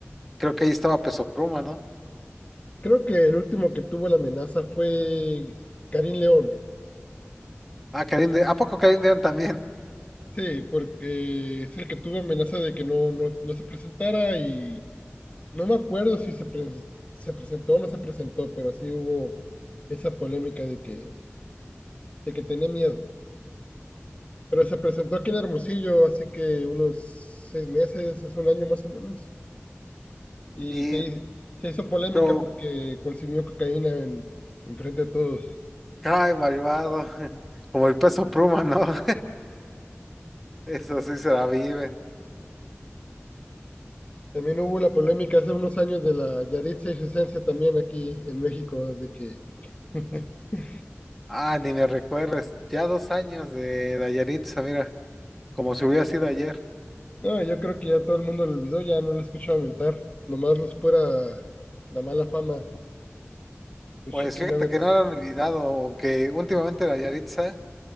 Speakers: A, in the centre; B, on the left (about 30°).
A: Creo que ahí estaba Peso Pluma, ¿no?
B: creo que el último que tuvo la amenaza fue Karim León.
A: Ah, Karim de, ¿a poco Karim León también?
B: Sí, porque es el que tuvo amenaza de que no, no, no se presentara y no me acuerdo si se, pre- se presentó o no se presentó, pero sí hubo esa polémica de que, de que tenía miedo. Pero se presentó aquí en Hermosillo hace que unos seis meses, es un año más o menos, y
A: Y,
B: se, hi- se hizo polémica
A: pero,
B: porque consumió cocaína en, en frente de todos.
A: cae malvado. <laughs> Como el Peso Pluma, ¿no? <laughs> Eso sí se la vive.
B: También hubo la polémica hace unos años de la Yaritza y su esencia también aquí en México, de que... <laughs>
A: Ah, ni me recuerdes. Ya dos años de Dayaritza, mira. Como si hubiera sido ayer.
B: No, yo creo que ya todo el mundo lo olvidó, ya no lo he escuchado mentar. Nomás los pura la mala fama, los
A: Pues
B: chicken
A: fíjate
B: nuggets.
A: que no lo han olvidado, aunque últimamente Dayaritza